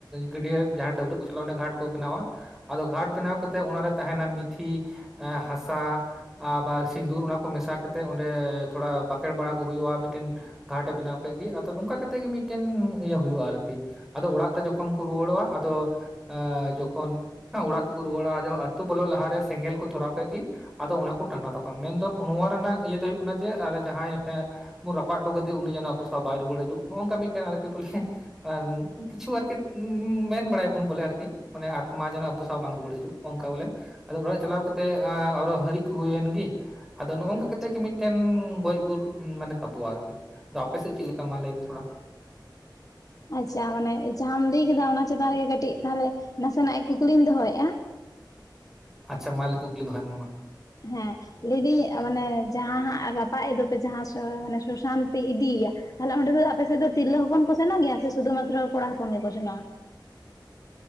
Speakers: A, in the centre; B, on the left (about 45°).
A: ᱜᱟᱹᱰᱤᱭᱟᱹ ᱡᱟᱦᱟᱸ ᱰᱟᱹᱵᱨᱟᱹᱜ ᱠᱚ ᱪᱟᱞᱟᱜᱼᱟ ᱚᱸᱰᱮ ᱜᱷᱟᱴ ᱠᱚ ᱵᱮᱱᱟᱣᱟ ᱾ ᱟᱫᱚ ᱜᱷᱟᱴ ᱵᱮᱱᱟᱣ ᱠᱟᱛᱮ ᱚᱱᱟ ᱨᱮ ᱛᱟᱦᱮᱸᱱᱟ ᱢᱤᱛᱷᱤ, ᱮᱸ ᱦᱟᱥᱟ, ᱟᱵᱟᱨ ᱥᱤᱸᱫᱩᱨ ᱚᱱᱟ ᱠᱚ ᱢᱮᱥᱟ ᱠᱮᱛᱮᱜ ᱚᱸᱰᱮ ᱛᱷᱚᱲᱟ ᱵᱟᱸᱠᱷᱮᱲ ᱵᱟᱲᱟ ᱦᱩᱭᱩᱜᱼᱟ, ᱢᱤᱫᱴᱮᱱ ᱜᱷᱟᱴ ᱮ ᱵᱮᱱᱟᱣ ᱠᱮᱜ ᱜᱮ ᱟᱫᱚ ᱱᱚᱝᱠᱟ ᱠᱟᱛᱮᱜ ᱜᱤ ᱢᱤᱫᱴᱮᱱ ᱤᱭᱟᱹ ᱦᱩᱭᱩᱜᱼᱟ ᱟᱨᱠᱤ᱾ ᱟᱫᱚ ᱚᱲᱟᱜ ᱛᱮ ᱡᱚ ᱠᱷᱚᱱ ᱠᱚ ᱨᱩᱣᱟᱹᱲᱚᱜᱼᱟ ᱟᱫᱚ ᱮᱸᱻ ᱡᱚᱠᱷᱚᱱ ᱮᱸ ᱚᱲᱟᱜ ᱛᱮᱠᱚ ᱨᱩᱣᱟᱹᱲᱟ ᱡᱚᱦᱚᱜ ᱟᱹᱛᱩ ᱵᱚᱞᱚ ᱞᱟᱦᱟᱨᱮ ᱥᱮᱸᱜᱮᱞ ᱠᱚ ᱫᱷᱚᱨᱟᱣ ᱠᱮᱜ ᱜᱤ, ᱟᱫᱚ ᱚᱱᱟ ᱠᱚ ᱴᱟᱸᱰᱟ ᱛᱟᱯᱟ ᱢᱮᱱᱫᱚ ᱱᱚᱣᱟ ᱨᱮᱱᱟᱜ ᱤᱭᱟᱹ ᱫᱚ ᱦᱩᱭᱩᱜ ᱠᱟᱱᱟ ᱡᱮ ᱟᱞᱮ ᱡᱟᱦᱟᱸᱭ <inaudible> ᱵᱚᱱ ᱨᱟᱯᱟᱜ ᱦᱚᱴᱚ ᱠᱟᱹᱫᱤ ᱩᱱᱤ ᱡᱮᱱᱚ ᱟᱵᱚ ᱥᱟᱶ ᱵᱟᱭ ᱨᱩᱣᱟᱹᱲ ᱦᱤᱡᱩᱜ, ᱱᱚᱜ-ᱚ ᱚᱝᱠᱟ ᱢᱤᱫᱴᱟᱝ ᱟᱞᱮ <inaudible> ᱵᱚᱞᱮ ᱠᱤᱪᱷᱩ ᱟᱨᱠᱤ ᱢᱮᱱ ᱵᱟᱲᱟᱭᱟ ᱵᱚᱱ ᱵᱚᱞᱮ ᱟᱨᱠᱤ, ᱢᱟᱱᱮ ᱟᱛᱢᱟ ᱡᱮᱱᱚ ᱟᱵᱳ ᱥᱟᱶ ᱵᱟᱝ ᱨᱩᱣᱟᱹᱲ ᱦᱤᱡᱩᱜ ᱚᱝᱠᱟ ᱵᱚᱞᱮ ᱾ ᱟᱫᱚ ᱚᱲᱟᱜ ᱪᱟᱞᱟᱣ ᱠᱟᱛᱮᱜ ᱟᱨᱚ ᱦᱟᱹᱨᱤᱜ ᱠᱚ ᱦᱩᱭᱮᱱ ᱜᱤ, ᱟᱫᱚ ᱱᱚᱜ-ᱚ ᱚᱝᱠᱟ
B: ᱟᱪᱪᱷᱟ
A: ᱠᱟᱛᱮᱜ ᱜᱤ ᱢᱤᱫᱴᱮᱱ ᱜᱚᱡ ᱜᱩᱨ ᱢᱟᱱᱮ ᱛᱟᱵᱚᱜᱼᱟ ᱟᱨᱠᱤ, ᱟᱫᱚ ᱟᱯᱮ ᱥᱮᱜ ᱪᱮᱜ ᱞᱮᱠᱟ ᱢᱟ ᱞᱟᱹᱭᱢᱮ ᱛᱷᱚᱲᱟ?
B: ᱟᱪᱪᱷᱟ ᱢᱟᱱᱮ ᱡᱟᱦᱟᱸᱟᱢ ᱞᱟᱹᱭ ᱠᱮᱫᱟ ᱚᱱᱟ ᱪᱮᱛᱟᱱ ᱨᱮᱜᱮ ᱠᱟᱹᱴᱤᱡ ᱛᱟᱦᱚᱞᱮ ᱱᱟᱥᱮᱱᱟᱜ ᱤᱧ ᱠᱩᱠᱞᱤᱧ ᱫᱚᱦᱚᱭᱮᱜᱼᱟ ᱾
A: ᱟᱪᱪᱷᱟ ᱢᱟ ᱠᱩᱠᱞᱤ ᱫᱚᱦᱚᱭ ᱢᱮ ᱢᱟ ᱾
B: ᱦᱮᱸ᱾ ᱞᱮᱭ ᱫᱟᱹᱧ ᱢᱟᱱᱮ ᱡᱟᱦᱟᱸ ᱦᱟᱸᱜ ᱨᱟᱯᱟᱜ ᱮᱜ ᱫᱚᱯᱮ ᱡᱟᱦᱟᱸ ᱢᱟᱱᱮ ᱥᱚᱥᱟᱱ ᱯᱮ ᱤᱫᱤᱭᱮᱭᱟ, ᱛᱟᱦᱚᱞᱮ ᱚᱸᱰᱮ ᱫᱚ ᱟᱯᱮ ᱥᱮᱜ ᱫᱚ ᱛᱤᱨᱞᱟᱹ ᱦᱚᱯᱚᱱ ᱠᱚ ᱥᱮᱱᱚᱜ ᱜᱮᱭᱟ ᱥᱮ ᱥᱩᱫᱩ ᱢᱟᱛᱨᱚ ᱠᱚᱲᱟ ᱦᱚᱯᱚᱱ ᱜᱮᱠᱚ ᱥᱮᱱᱚᱜᱼᱟ?